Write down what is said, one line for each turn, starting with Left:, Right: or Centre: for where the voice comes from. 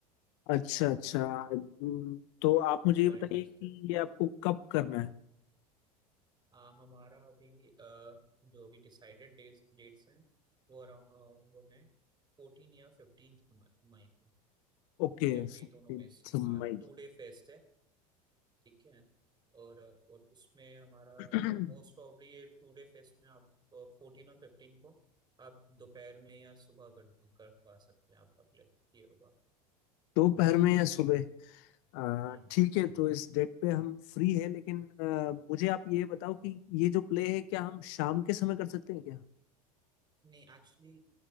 Left: अच्छा अच्छा हम्म, तो आप मुझे
Right: इफ
Left: ये
Right: यू आर
Left: बताइए
Right: इंटरेस्टेड
Left: कि ये आपको कब करना है
Right: आ, हमारा अभी आ, जो अभी डिसाइडेड डेट्स डेट्स हैं वो अरा- आ, वो हैं फोर्टीन या फिफ्टींथ मई को
Left: ओके
Right: जब भी
Left: 15th
Right: दोनों में से हाँ
Left: मई
Right: टू डे फेस्ट है ठीक है और आ, और उसमें हमारा
Left: <clears throat>
Right: मोस्ट प्रॉब्ली ये टू डे फेस्ट में आप फोर्टीन और फिफ्टीन को आप दोपहर में या सुबह कर, कर पा सकते हैं आपका प्ले ये होगा
Left: दोपहर में
Right: लाइक
Left: या सुबह अ,
Right: हम्म
Left: ठीक है तो इस डेट पे हम फ्री है लेकिन अ, मुझे आप ये बताओ कि ये जो प्ले है क्या हम शाम के समय कर सकते हैं क्या
Right: नहीं एक्चुअली